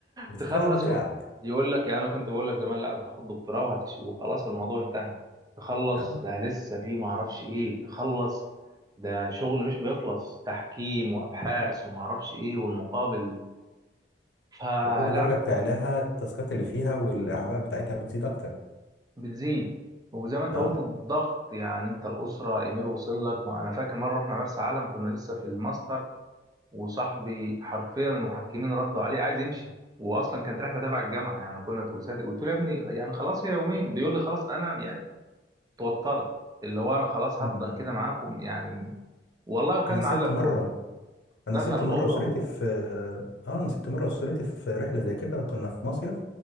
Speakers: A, on the left (about 80°); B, on the right (about 20°).
A: بتترقى
B: تخلص
A: بدراعك
B: يقول لك يعني انا كنت بقول لك زمان لا انت خد دكتوراه وهتش... وخلاص الموضوع انتهى تخلص
A: اه
B: ده لسه في ما اعرفش ايه تخلص ده شغل مش بيخلص تحكيم وابحاث وما اعرفش ايه والمقابل فلا
A: وكل درجه بتعلاها التاسكات اللي فيها والاعباء بتاعتها بتزيد اكتر
B: بتزيد وزي ما انت
A: اه
B: قلت الضغط يعني انت الاسره ايميل وصل لك ما انا فاكر مره رحنا مرسى علم كنا لسه في الماستر وصاحبي حرفيا المحكمين ردوا عليه عايز يمشي واصلا كانت رحله تبع الجامعه يعني كنا وسادة- قلت له يا ابني يعني خلاص هي يومين بيقول لي خلاص انا يعني توترت اللي هو انا خلاص
A: انا
B: هفضل كده معاكم يعني والله وكان
A: انا سبت
B: معاه اللابتوب
A: مره
B: دخل
A: انا سبت مره
B: الاوضه
A: اسرتي
B: و...
A: في اه انا سبت مره اسرتي في رحله زي كده كنا في مصيف